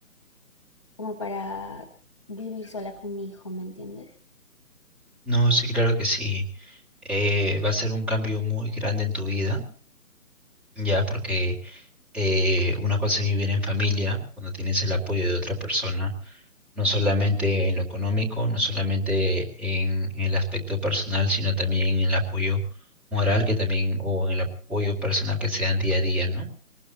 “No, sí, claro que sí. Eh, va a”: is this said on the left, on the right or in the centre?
Centre